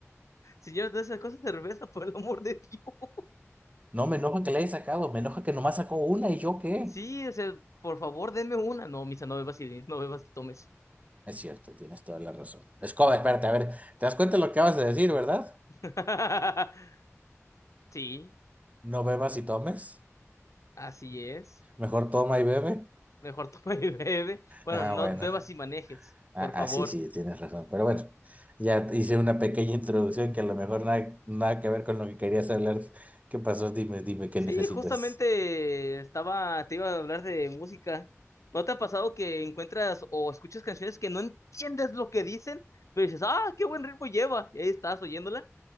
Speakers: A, on the left; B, on the right.
A: Señor, de esas cosas cerveza, por el amor de Dios. <laughs>
B: No, me enoja que le haya sacado, me enoja que nomás sacó una y yo qué.
A: Sí, o sea, por favor, denme una. No, Misa, no bebas y no bebas y tomes.
B: Es cierto, tienes toda la razón. Escoba, espérate, a ver, ¿te das cuenta de lo que acabas de decir, verdad?
A: <laughs> Sí.
B: No bebas y tomes.
A: Así es.
B: Mejor toma y bebe.
A: Mejor <laughs> toma y bebe. Bueno,
B: Ah,
A: no
B: bueno.
A: bebas y manejes,
B: Ah,
A: por favor.
B: ah, sí, sí, tienes razón. Pero bueno, ya hice una pequeña introducción que a lo mejor nada, nada que ver con lo que querías hablar. ¿Qué pasó? Dime, dime, ¿qué
A: Sí,
B: necesitas?
A: justamente estaba, te iba a hablar de música. ¿No te ha pasado que encuentras o escuchas canciones que no entiendes lo que dicen, pero dices, ah, qué buen ritmo lleva? Y ahí estás oyéndola.